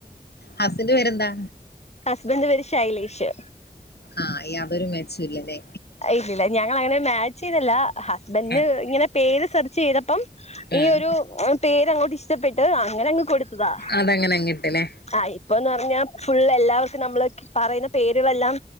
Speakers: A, on the left; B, on the left.
A: ഹസ്സിൻ്റെ പേരെന്താ
B: സിൻ്റെ പേര് ശൈലേഷ്
A: ആ യാതൊരു മേച്ചൂല്ല ലെ
B: അ ഇല്ലല്ല ഞങ്ങളങ്ങനെ മാച്ചീതല്ല ഹസ്ബൻ്റ്ന്
A: ആഹ്
B: ഇങ്ങനെ പേര് സർ ചെയ്തപ്പം
A: ആഹ്
B: ഈ ഒരു പേരങ്ങോട്ടി ഷ്ടപ്പെട്ട് ട്ട് അങ്ങനെ അങ്ങ് കൊടുത്തതാ
A: അതങ്ങനെ അങ്ങിട്ട്ല്ലേ
B: ആ ഇപ്പൊന്ന് അർഞ്ഞാ ഫുള്ളെ ല്ലാവർക്കും നമ്മള് പറയ്ന്ന പേരുവെല്ലാം